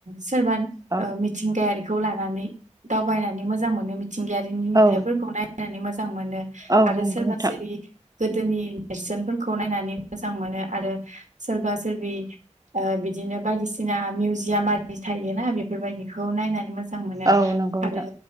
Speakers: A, on the right; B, on the right.
A: सोरबा
B: औ
A: ओ मिथिंगायारिखौ लानानै दावबायनानै मोजां मोनो। थिंगायारिनि नुथायाइफोरखौ
B: औ
A: नायनानै मोजां मोनो
B: औ
A: आरो
B: नंगौ
A: सोरबा
B: नोंथां
A: सोरगिदिं गोदोनि नेरसोनफोरखौ नायनानै मोजां मोनो आरो सोरबा सोरबि ओ बिदिनो बायदिसिना मिउजियाम आरि थायोना बेफोरबायदिखौ नायनानै मोजां मोजां मोनो
B: औ नंगौ नोंथां
A: आरो